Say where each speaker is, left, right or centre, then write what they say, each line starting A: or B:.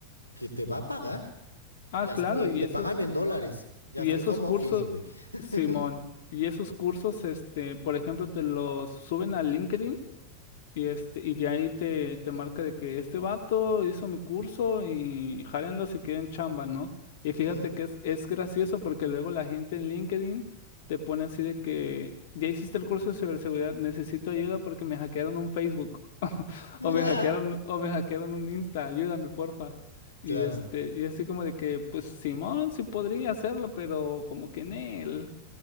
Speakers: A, on the left; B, on the left.
A: que te va a pagar.
B: Ah,
A: Ya
B: claro,
A: te,
B: y
A: te
B: esos...
A: pagan en dólares. Ya
B: Y
A: está
B: esos
A: en home
B: cursos,
A: office, güey. <laughs>
B: Simón, y esos cursos, este, por ejemplo, te los suben a LinkedIn y, este, y ya ahí te, te marca de que este vato hizo mi curso y jálenlo si quieren chamba, ¿no? Y fíjate
A: Ujú.
B: que es, es gracioso porque luego la gente en LinkedIn te pone así de que ya hiciste el curso de ciberseguridad, necesito ayuda porque me hackearon un Facebook <laughs>
A: <laughs>
B: o me hackearon, o me hackearon un Insta, ayúdame, porfa. Y
A: claro.
B: este, y así como de que, pues Simón sí podría hacerlo, pero como que en él.